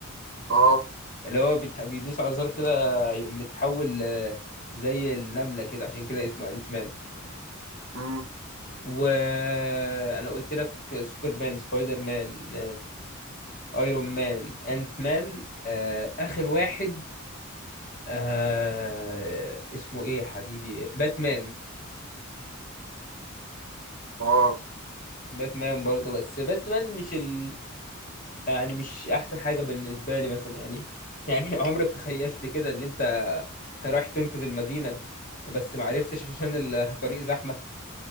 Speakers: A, on the right; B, on the left.
A: اه
B: اللي هو بيت- بيدوس على زر كده يقوم متحول آه، زي النملة كده عشان كده اسمه انت مان
A: امم
B: وانا قلت لك سوبرمان سبايدر مان ايرون مان انت مان آه، اخر واحد آه اسمه ايه يا حبيبي باتمان
A: اه
B: باتمان برضه بس باتمان مش ال... يعني مش احسن حاجة بالنسبة لي مثلا يعني يعني <laughs> عمرك تخيلت كده ان انت رايح تنقذ المدينة بس معرفتش عشان الطريق زحمة